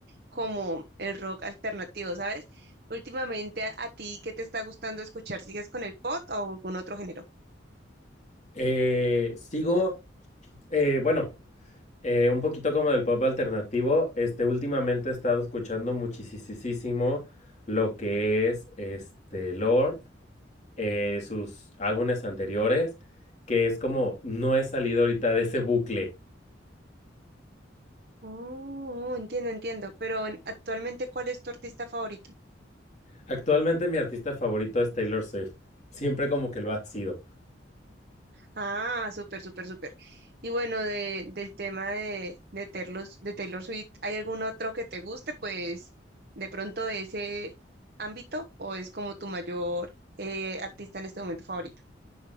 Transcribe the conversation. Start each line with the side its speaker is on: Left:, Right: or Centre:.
Right: como el rock alternativo, ¿sabes? Últimamente a, a ti, ¿qué te está gustando escuchar? ¿Sigues con el pop o algún otro género?
Left: Eh, sigo, eh, bueno, eh, un poquito como del pop alternativo, este, últimamente he estado escuchando muchisisísimo lo que es, este, Lord. eh, sus álbumes anteriores, que es como no he salido ahorita de ese bucle.
Right: Oh, entiendo, entiendo. Pero en- actualmente, ¿cuál es tu artista favorito?
Left: Actualmente mi artista favorito es Taylor Swift. Siempre como que lo ha sido.
Right: Ah, súper, súper, súper. Y bueno, de, del tema de, de, Taylor, de Taylor Swift, ¿hay algún otro que te guste? Pues de pronto de ese ámbito o es como tu mayor eh, artista en este momento favorito.